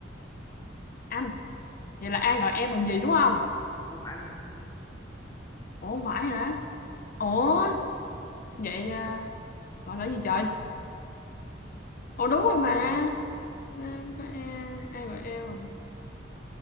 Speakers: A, on the left; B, on the left.
A: anh vậy là A gọi em bằng gì đúng không
B: không phải không phải
A: Ủa phải hả? Ủa vậy à, gọi là gì trời? Ủa đúng rồi mà. À, có e, ai gọi em bằng